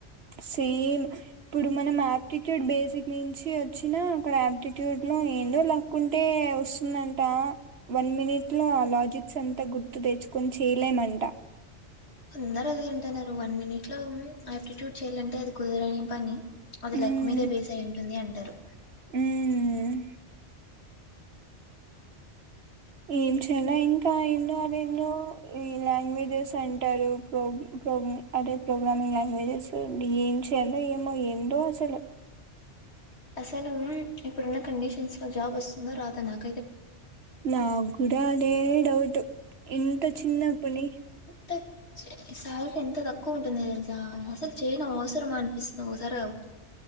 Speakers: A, on the right; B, on the left.
A: సేం ఇప్పుడు మనం ఆప్టిట్యూడ్ బేసిక్ నుంచి వచ్చినా అక్కడ ఆప్టిట్యూడ్ లో ఏందో లక్ ఉంటే వస్సుందంట వన్ మినిట్ ట్ లో ఆ లాజిక్స్ అంత గుర్తు తెచ్చ్ కొం చేయలేమంట
B: అందరు అదే అంటన్నారు. వన్ మినిట్ లో ఉం ఆప్టిట్యూడ్ చేయాలంటే అది కుదరని పని అది
A: మ్మ్
B: లక్ మీదే బేస్ అయి ఉంటుంది అని టరు
A: మ్మ్ ఏం చేయాలో ఇంకా ఎన్నో అవేన్నో ఈ లాంగ్వేజెస్ అంటారు. ప్రొం ప్రోము అదే ప్రోగ్రామింగ్ లాంగ్వేజెస్ ఏం చేయాలో ఏమో ఏంటో అసలు
B: అసలు ఇప్పుడున్న కండిషన్స్ లో జాబ్ వస్తుందో రాదా నాక్
A: నాగుడా అదే డౌటు ఇంత చిన్న పని
B: తక్ సావుకి ఎంత తక్కువ ఉంటుంది తెల్సా ఆ అసలు చేయను అవసరం అనిపిస్ నువ్ వస్తారా రావా